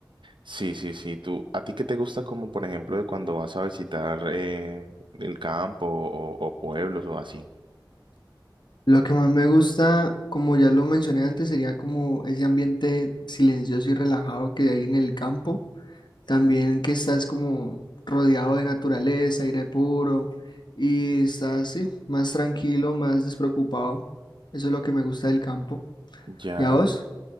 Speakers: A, on the right (about 80°); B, on the left (about 65°).
A: Sí, sí, sí. Tú, ¿a ti qué te gusta como, por ejemplo, de cuando vas a visitar eh, el campo o, o pueblos o así?
B: Lo que más me gusta, como ya lo mencioné antes, sería como ese ambiente silencioso y relajado que hay en el campo. También que estás como rodeado de naturaleza, aire puro y estás, sí, más tranquilo, más despreocupado. Eso es lo que me gusta del campo.
A: Ya.
B: ¿Y a vos?